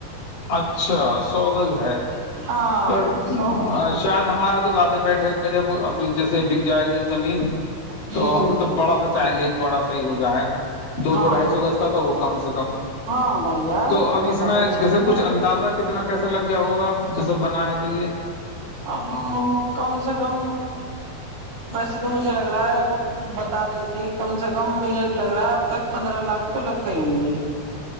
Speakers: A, on the left; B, on the right.
A: اچھا سوگز ہے
B: ہاں
A: پر
B: سو ہے
A: شاید ہم ہمارا تو زیادہ بیٹھے گا جب اب جیسے بک جائے گی زمین
B: جی
A: تو
B: جی
A: ہم تو بڑا سا چاہیں گے ایک بڑا سا صحیح ہو جائے <unintelligible> دو
B: ہاں
A: سو ڈھائی
B: ہاں
A: سو گز کا تو وہ کم سے کم
B: ہاں ہاں بڑھیا
A: تو اب
B: ہے
A: اس
B: بہت
A: میں
B: اچھا
A: جیسے
B: بڑھیا
A: چھ اندازہ کتنا پیسہ لگ گیا ہوگا جو سب بنا ہے تو یہ
B: اب کم سے کم ویسے تو مجھے لگ رہا ہے وہ بتا رہی تھی کم سے کم مج لگ رہا ہے اب تک پندرہ لاکھ تو لگ گئی ہوں گی